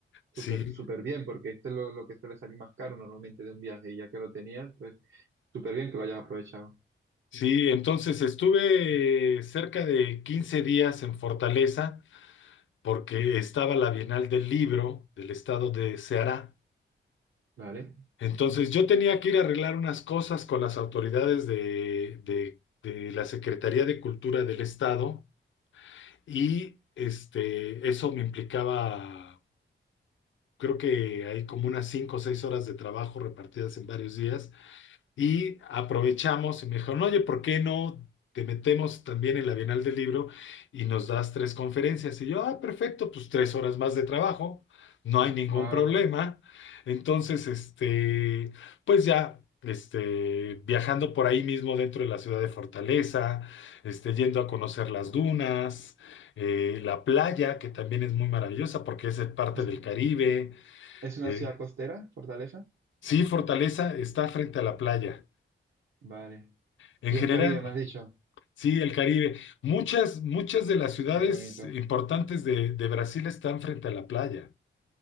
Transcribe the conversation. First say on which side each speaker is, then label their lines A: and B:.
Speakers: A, on the left; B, on the right.
A: sí,
B: súper, súper bien, porque este es lo, lo que suele salir más caro normalmente de un viaje. Y ya que lo tenías, pues súper bien que lo hayas aprovechado.
A: sí. Entonces estuve cerca de 15 días en Fortaleza porque estaba la Bienal del Libro del estado de Ceará.
B: Vale.
A: Entonces yo tenía que ir a arreglar unas cosas con las autoridades de, de- de la Secretaría de Cultura del estado y este, eso me implicaba, creo que hay como unas 5 o 6 horas de trabajo repartidas en varios días. Y aprovechamos y me dijeron, oye, ¿por qué no te metemos también en la Bienal del Libro y nos das tres conferencias? Y yo, ah, perfecto, pues tres horas más de trabajo, no hay ningún
B: Wow.
A: problema. Entonces, este, pues ya, este, viajando por ahí mismo dentro de la ciudad de Fortaleza, este, yendo a conocer las dunas, eh, la playa, que también es muy maravillosa porque es parte
B: ¿Es,
A: del Caribe.
B: es una
A: Eh,
B: ciudad costera, Fortaleza?
A: sí, Fortaleza está frente a la playa.
B: Vale.
A: En
B: Y
A: general,
B: es Caribe, me has dicho.
A: Sí, el Caribe. Muchas, muchas de las ciudades
B: Qué bonito.
A: importantes de, de Brasil están frente a la playa.